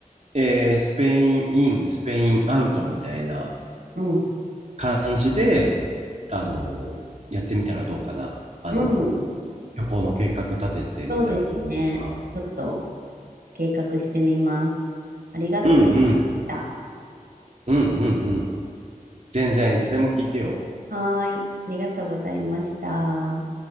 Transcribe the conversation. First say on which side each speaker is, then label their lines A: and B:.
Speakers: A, on the right; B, on the right.
A: えースペインイン、スペインアウトみたいな、
B: うん、
A: 感じで、あの、やってみたらどうかな。あの、
B: うん。
A: 旅行の計画立ててみたらどうかな。
B: そうですね。ちょっと計画してみます。ありがとうございました。
A: うんうん。うんうんうん。全然いつでも聞いてよ。
B: はーい。ありがとうございました。